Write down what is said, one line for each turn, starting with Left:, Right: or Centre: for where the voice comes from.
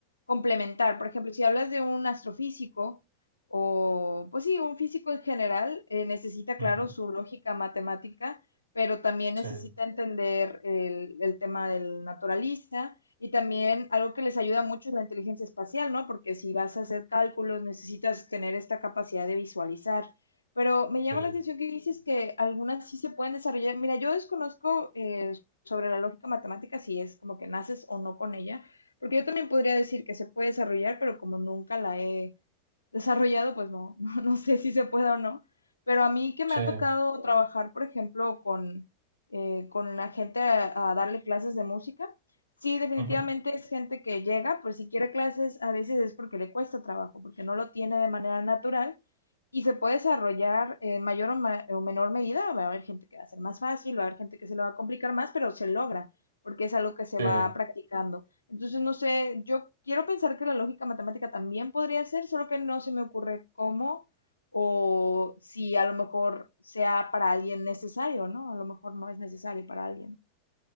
Left: complementar. Por ejemplo, si hablas de un astrofísico o, pues sí, un físico en general, eh, necesita,
Right: Ujú.
Left: claro, su lógica matemática, pero también necesita
Right: Sí,
Left: entender el, el tema del naturalista. Y también algo que les ayuda mucho es la inteligencia espacial, ¿no? Porque si vas a hacer cálculos, necesitas tener esta capacidad de visualizar. Pero me llama
Right: sí,
Left: la atención que dices que algunas sí se pueden desarrollar. Mira, yo desconozco eh, sobre la lógica matemática si es como que naces o no con ella, porque yo también podría decir que se puede desarrollar, pero como nunca la he desarrollado, pues no, <laughs> no, no sé si se puede o no, pero a mí que me
Right: sí.
Left: ha tocado trabajar, por ejemplo, con, eh, con la gente a, a darle clases de música, sí, definitivamente
Right: Ujú.
Left: es gente que llega, pues si quiere clases, a veces es porque le cuesta trabajo, porque no lo tiene de manera natural y se puede desarrollar en mayor o, ma- o menor medida. Va a haber gente que va a ser más fácil, va a haber gente que se le va a complicar más, pero se logra, porque es algo que se
Right: Sí.
Left: va practicando. Entonces, no sé, yo quiero pensar que la lógica matemática también podría ser, solo que no se me ocurre cómo o si a lo mejor sea para alguien necesario, ¿no? A lo mejor no es necesario para alguien.